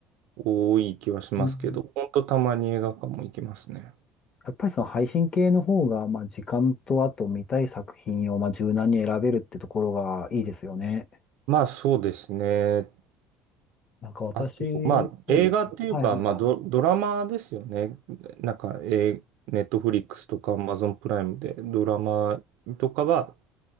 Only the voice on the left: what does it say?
うん
やっぱりその配信系の方が、まあ時間とあと見たい作品をまあ柔軟に選べるってところがいいですよね。
なんか私、
そうですね。はいはいはい。